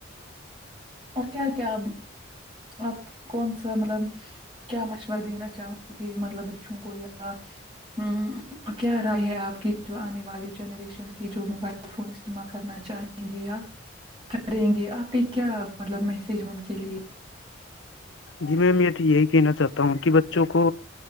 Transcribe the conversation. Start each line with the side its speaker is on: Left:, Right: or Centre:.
Right: اور کیا کیا آپ کون سا مطلب کیا مشورہ دینا چاہو گے مطلب بچوں کو یا ہمم کیا رائے ہے آپ کی جو آنے والی جنریشن کی جو موبائل ایئر فون استعمال کرنا چاہیں گے یا کریں گے آپ کے کیا مطلب میسج ہے ان کے لیے
Left: جی میںم یہ تو یہی کہنا چاہتا ہوں کہ بچوں کو